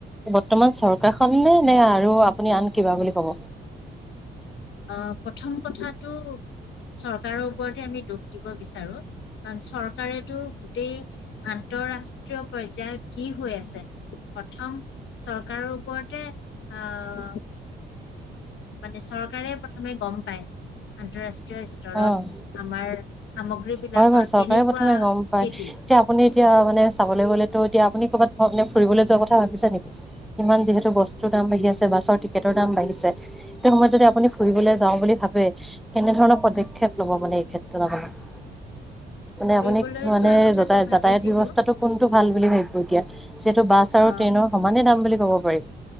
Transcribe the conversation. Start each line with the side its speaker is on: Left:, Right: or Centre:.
Centre: বৰ্তমান চৰকাৰ খননে নে আৰু আপুনি আন কিবা বুলি কব।
Left: অহ' প্ৰথম কথাটো চৰকাৰৰ ওপৰতে আমি দোষ দিব বিচাৰো। কাৰণ চৰকাৰেতো গোটেই আন্তৰাষ্ট্ৰীয় পৰ্যায়ত কি হৈ আছে প্ৰথম চৰকাৰৰ ওপৰতে আ' মানে চৰকাৰে প্ৰথমে গম পায়। আন্তঃৰাষ্ট্ৰীয় আন্তঃৰাষ্ট্ৰীয় স্তৰত
Centre: অ
Left: আমাৰ সামগ্ৰী বিলাকৰ
Centre: হয় বাৰু চৰকাৰে
Left: কেনেকুৱা
Centre: প্ৰথমে গম
Left: স্থিতি
Centre: পায়। এতিয়া আপুনি এতিয়া মানে চাবলৈ গলেতো এতিয়া আপুনি ক'ৰবাত ফুৰিবলৈ যোৱা কথা ভাবিছে নেকি? ইমান যিহেতু বস্তুৰ দাম বাঢ়ি আছে বাছৰ টিকেটৰ দাম বাঢ়িছে, সেইটো সময়ত যদি আপুনি ফুৰিবলৈ যাও বুলি ভাবে কেনেধৰণৰ পদক্ষেপ
Left: হয়
Centre: ল'ব মানে এইক্ষেত্ৰত। <unintelligible> মানে
Left: ফুৰিবলৈ
Centre: আপুনি মানে
Left: যোৱাৰ কথাটো
Centre: যতা যাতায়াত
Left: ভাবিছিলো
Centre: ব্যৱস্থাটো কোনটো ভাল বুলি ভাবিব। এতিয়া, যিহেতু বাছ আৰু
Left: অ
Centre: ট্ৰেইনৰ সমানে দাম বুলি কব পাৰি।